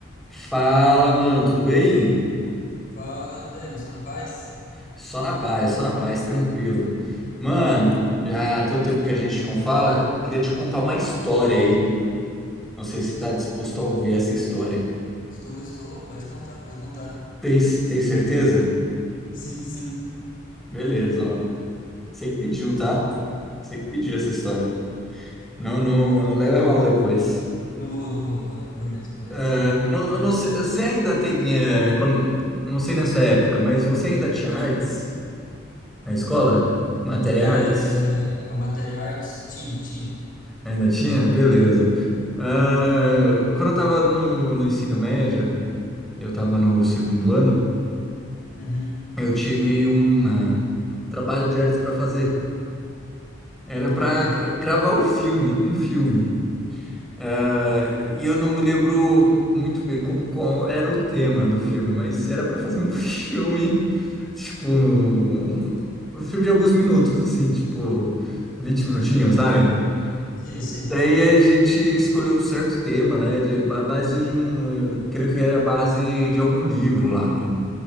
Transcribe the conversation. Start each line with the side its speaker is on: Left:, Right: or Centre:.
Centre: Fala, mano, tudo bem?
Left: Fala, Dani, só na paz?
Centre: Só na paz, só na paz, tranquilo. Mano, já tem um tempo que a gente não fala, queria te contar uma história aí. Não sei se tá disposto a ouvir essa história.
Left: Estou, estou. Pode contar, pode contar.
Centre: Tem, tem certeza?
Left: Sim, sim.
Centre: Beleza, ó. Você que pediu, tá? Você que pediu essa história. Não, não, não leva a mal depois.
Left: Não vou, não vou. pa- Prometo, prometo.
Centre: Ah, não, não sei, você ainda tem, eh, quando- não sei nessa época, mas você ainda tinha artes na escola? Matéria
Left: É,
Centre: artes?
Left: a matéria artes? Tinha, tinha.
Centre: Ainda tinha? Beleza. Ah, quando eu tava no, no ensino médio, eu tava no segundo ano,
Left: Uhum.
Centre: eu tive um ah, trabalho de artes pra fazer. Era pra
Left: Hum,
Centre: gra- gravar o filme, um filme. Ah, e eu não me lembro muito bem co- qual era o tema do filme, mas era pra fazer um <laughs> filme, tipo, um, um filme de alguns minutos, assim, tipo, 20 minutinhos, sabe?
Left: sei, sei.
Centre: Daí a gente escolheu um certo tema, né? De, a base de um. eh, Creio que era a base de algum livro lá, né?